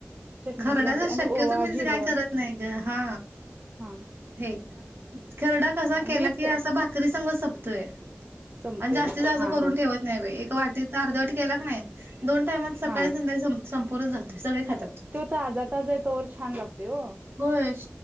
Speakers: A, on the right (about 35°); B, on the right (about 55°).
A: चटमीठ
B: खरडाचच
A: घालते
B: शक्य
A: आणि ओवा
B: तुम्ही
A: जिरं
B: काय करत नाही ग हा
A: हा
B: हे खरडा कसा
A: हा
B: केला
A: हेच
B: की असा भाकरी संग सोपतोय
A: संपतोय
B: आणि जास्तीत जास्त
A: हा
B: करून
A: हा
B: ठेवत नाही बा एक वाटी अर्ध वाट केला क नाही दोन टामात सकाळी
A: हा
B: संध्याळी संपूरच जातोय सगळे खातात
A: तो तर आजा ताज तोर छान लागत हो
B: होय